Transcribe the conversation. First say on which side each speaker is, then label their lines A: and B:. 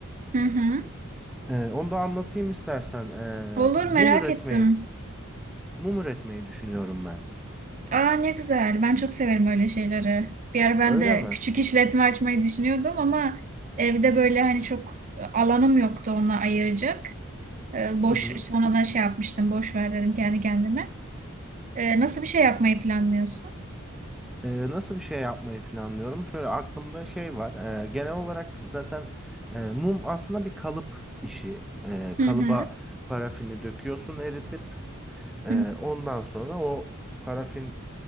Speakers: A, on the right (about 35°); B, in the centre.
A: Hı hı.
B: Ee, onu da anlatayım istersen Ee,
A: Olur,
B: mum
A: merak
B: üretmeyi
A: ettim.
B: mum üretmeyi düşünüyorum ben
A: Aa, ne güzel. Ben çok severim öyle şeyleri. Bir ara ben
B: öyle
A: de
B: mi?
A: küçük işletme açmayı düşünüyordum ama evde böyle hani çok alanım yoktu onunla ayıracak. Ee, boş
B: <laughs>
A: sonradan şey yapmıştım. Boş ver dedim kendi kendime. Ee, nasıl bir şey yapmayı planlıyorsun?
B: Ee, nasıl bir şey yapmayı planlıyorum? Şöyle aklımda şey var. Ee, genel olarak zaten e, mum aslında bir kalıp işi. Ee,
A: Hı
B: kalıba parafini döküyorsun eritip e,
A: hı.
B: ondan sonra o parafin